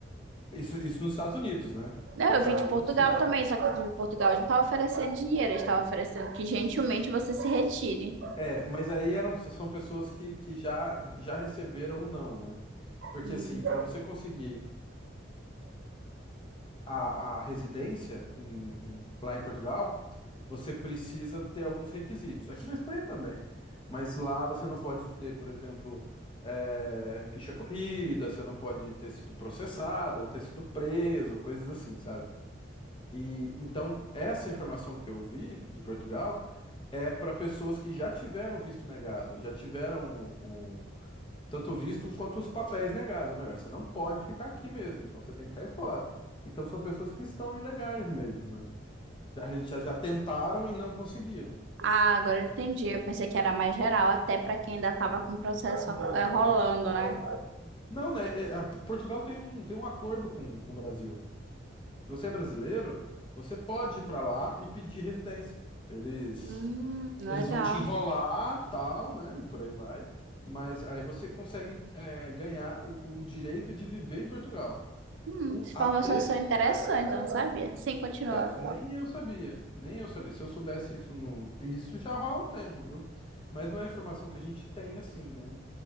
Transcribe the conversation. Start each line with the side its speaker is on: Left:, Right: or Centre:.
Left: Isso, isso nos Estados Unidos, né?
Right: Não,
Left: Nos
Right: eu
Left: Estados
Right: vim de
Left: Unidos,
Right: Portugal
Left: sim.
Right: também, só que de Portugal eles não estavam oferecendo dinheiro, eles estavam oferecendo que gentilmente você se retire.
Left: É, mas aí eram, são pessoas que, que já, já receberam o não, né? Porque
Right: Hum.
Left: assim, para você conseguir a, a residência em- em- lá em Portugal, você precisa ter alguns requisitos. Aqui na Espanha também. Mas lá você não pode ter, por exemplo, eh, ficha corrida, você não pode ter sido processado ou ter sido preso, coisas assim, sabe? E então essa informação que eu vi de Portugal é para pessoas que já tiveram visto negado, já tiveram o, o- tanto o visto quanto os papéis negados. Ou melhor, você não pode ficar aqui mesmo, então você tem que cair fora. Então são pessoas que estão ilegais mesmo, né? Já, já já tentaram e não conseguiram.
Right: Ah, agora eu entendi. Eu pensei que era mais geral, até para quem ainda estava com o processo
Left: Não,
Right: eh, rolando, né?
Left: não. Não, né? é, a- Portugal tem um, tem um acordo com, com o Brasil. Se você é brasileiro, você pode ir pra lá e pedir residência. Eles,
Right: Hum, legal.
Left: eles vão te enrolar, tal, né? E por aí vai. Mas aí você consegue é, ganhar o, o direito de viver em Portugal.
Right: Hum,
Left: O,
Right: informações
Left: a treta,
Right: são
Left: eu,
Right: interessantes, eu não sabia. Sim, continua.
Left: então, nem eu sabia. Nem eu sabia. Se eu soubesse isso, não, isso já rola um tempo, viu? Mas não é informação que a gente tem assim, né?